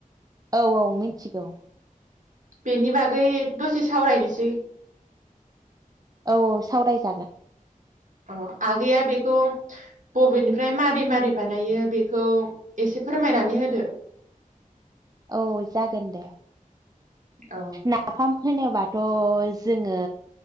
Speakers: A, on the right (about 25°); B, on the right (about 60°).
A: औ औ मिथिगौ।
B: बेनि बागै दसे सावरायनोसै
A: औ औ सावरायजागोन
B: अ आगैया बेखौ बबेनिफ्राय मारै-मारै बानायो बेखौ एसे फोरमायनानै होदो।
A: औ जागोन दे।
B: औ
A: नाफाम होनोबाथ' जों ङो